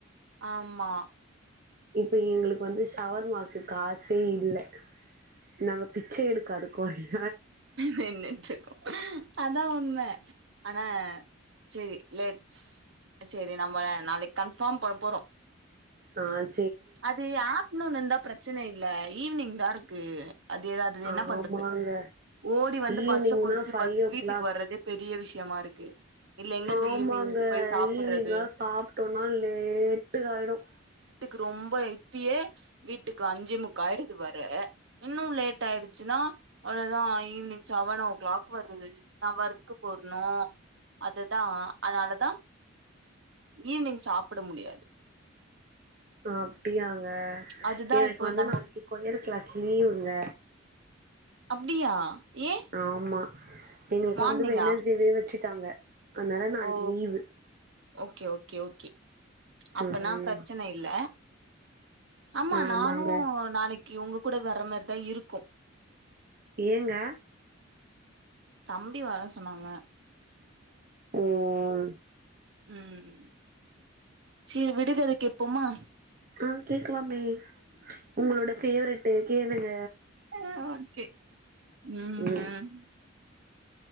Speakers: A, on the right; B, on the right.
A: ஆம்மா
B: இப்ப எங்களுக்கு வந்து ஷவர்மாக்கு காசே இல்ல நாங்க பிச்சை எடுக்காத கோயில்
A: நின்னுட்டு இருக்கோ அதா உண்மை ஆனா செரி லெட்ஸ் செரி நம்ம நாளைக்கு கன்ஃபார்ம் பண்ண போறோ
B: ஆஹ்
A: அது ஆஃப்நூன் இருந்தா பிர பிரச்சன இல்ல ஈவ்னிங்தார்க்கு அதேதா அத்தது என்னா
B: ஆமாங்க
A: பண்றது ஓடி வந்து
B: ஈவினிங்னா
A: பஸ்ச புடிச்சு
B: ஃபைவ்
A: ஃபர்ஸ்
B: ஓ
A: வீட்டுக்
B: கிளாக்
A: வர்றதே பெரிய விஷ் யமா இருக்கு இல்ல எங்கந்து
B: ஆமாங்க
A: ஈவினிங் போய் சாப்புட்றது
B: ஈவ்னிங்னா சாப்ட்டோனா லேட்டு ஆயிடோ
A: க்கு ரொம்ப இப்பியே வீட்டுக்கு அஞ்ஜே முக்கா ஆயிடுது வர இன்னு லேட் ஆயிடுச்சுன்னா அவ்ளோதா ஈவ்னிங் சவன் ஓ கிளாக் வருது <inaudible> நா ஒர்க்கு போக்னோ அதுதா அதனாலதா ஈவ்னிங் சாப்பட முடியாது
B: அ அப்டியாங் கா
A: அதுதா
B: எனக்கு
A: இப்போ
B: வந்து
A: நம்ம
B: நாளைக்கு கொரியரு ஃக்ளாஸ் லீவுங்க
A: அப்டியா ஏ
B: ஆமா அ எங்களுக்கு
A: மார்னிங்கா
B: வந்து வேனஸ்டேவே வச்சுக் ட்டாங்க அதனால நாளைக்கு
A: ஓ
B: லீவு
A: ஓகே ஓகே ஓகே அப்பனா
B: ம்
A: ப்ரச்சன இல்ல ஆமா
B: ஆமாங்க
A: நானு நாளைக்கி உங்க கூட வர்றமார் தா இருக்கு
B: ஏங்க
A: தம்பி வர சொன்னாங்க
B: உம் உ
A: உம் செரி விடுகத கேப்போமா
B: ஆ கேக்கலாமே உங்களோட ஃபேவரட்டு கேளுங்க
A: ம் ஓகே உம் உம்
B: ம்